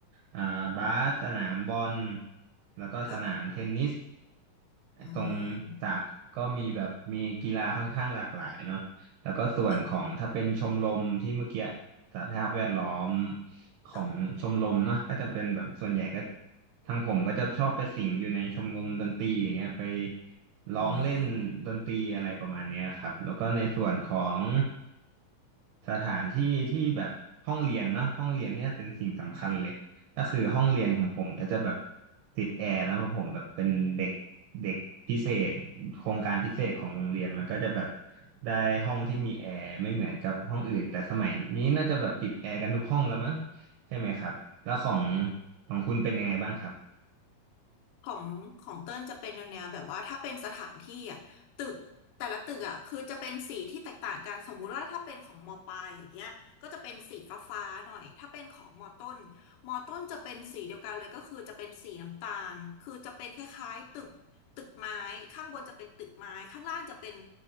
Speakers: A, on the right; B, on the left.
A: อ่าบาสสนามบอลแล้วก็สนามเทนนิส
B: ค่ะอืม
A: ตรงสระก็มีแบบมีกีฬาค่อนข้างหลากหลายเนาะ แล้วก็ส่วนของถ้าเป็นชมรมที่เมื่อกี้
B: ค่ะ
A: สหภาพแวดล้อมของชมรมเนาะก็จะเป็นแบบส่วนใหญ่ก็
B: ค่ะ
A: ทางผมก็จะชอบไปสิงอยู่ในชมรมดนตรีอย่างเงี้ยไป
B: อืม
A: ร้องเล่นดนตรีอะไรประมาณเนี้ยครับแล้วก็ในส่วนของ สถานที่ที่แบบห้องเรียนเนาะห้องเรียนเนี่ยเป็นสิ่งสำคัญเลยก็คือห้องเรียนของผมเนี่ยจะแบบติดแอร์นะเพราะผมแบบเป็นเด็กเด็กพิเศษโครงการพิเศษของโรงเรียนมันก็จะแบบได้ห้องที่มีแอร์ไม่เหมือนกับห้องอื่นแต่สมัยนี้น่าจะแบบติดแอร์กันทุกห้องแล้วมั้งใช่ไหมครับแล้วของของคุณเป็นยังไงบ้างครับ
B: ของของเติ้ลจะเป็นแนวแนวแบบว่าถ้าเป็นสถานที่อ่ะตึกแต่ละตึกอ่ะคือจะเป็นสีที่แตกต่างกันสมมุติว่าถ้าเป็นของมปลายอย่างเงี้ยก็จะเป็นสีฟ้าฟ้าหน่อยถ้าเป็นของมต้นมต้นจะเป็นสีเดียวกันเลยก็คือจะเป็นสีน้ำตาลคือจะเป็นคล้ายๆตึกตึกไม้ข้างบนจะเป็นตึกไม้ข้างล่างจะเป็น